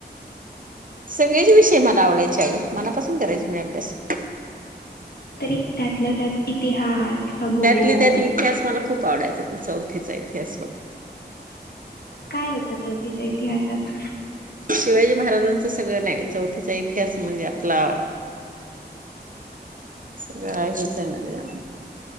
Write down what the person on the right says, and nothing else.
सगळेच विषय मला आवडायचे अग मनापासून करायचे मी अभ्यास
त्यातली त्यातली इतिहास मला खूप आवडायचा तो चौथीचा इतिहास हो
शिवाजी महाराजांचं सगळं नाही चौथीचा इतिहास म्हणजे आपला सगळं हेच आहे न त्याच्यामध्ये